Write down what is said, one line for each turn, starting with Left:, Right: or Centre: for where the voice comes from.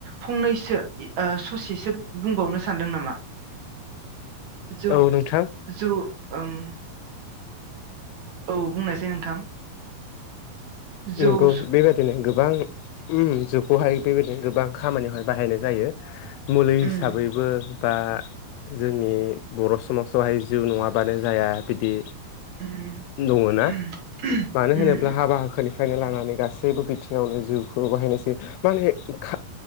Right: फंनैसोओ स'सेसो बुंबावनो सानदों नामा? जौ
Left: औ नोंथां
Right: जौ ओं औ बुंनायसाइ नोंथां जौ
Left: नंगौ
Right: स
Left: बेबायदिनो गोबां ओमा जु खौहाय बेबायदिनो गोबां खामानियावहाय बाहायनाय जायो मुलि
Right: उम
Left: हिसाबैबो बा जोंनि बर' समाजावहाय जौउ नङाबानो जाया बिदि
Right: उम
Left: दङ ना
Right: उम
Left: मानो होनोब्ला
Right: उम
Left: हाबा हाखोनि नो लानानै गासैबो बिथिङावनो जिउखौलानानै बाहायनायजायो माने खा